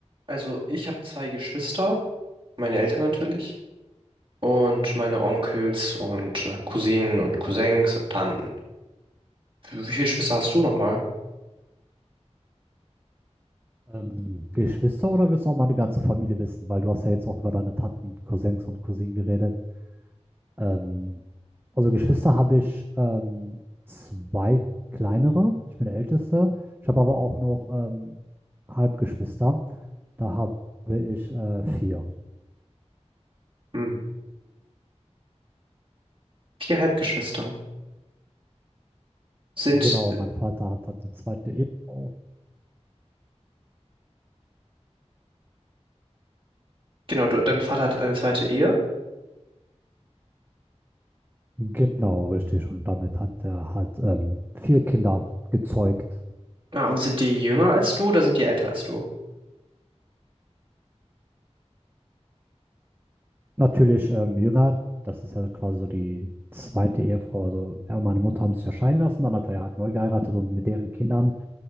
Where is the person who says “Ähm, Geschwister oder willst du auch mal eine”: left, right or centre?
Right